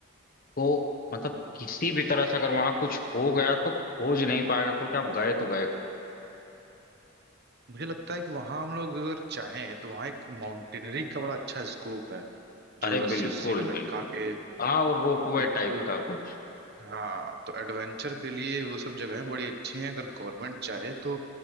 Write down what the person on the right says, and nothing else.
मुझे लगता है कि वहां हम लोग अगर चाहें तो वहां एक माउंटेनियरिंग का बड़ा अच्छा स्कोप है
जो रस्सी
उस्सी का लटका
के
एक
हाँ तो एडवेंचर के लिए वो सब जगहें बड़ी अच्छी हैं अगर गवर्नमेंट चाहे तो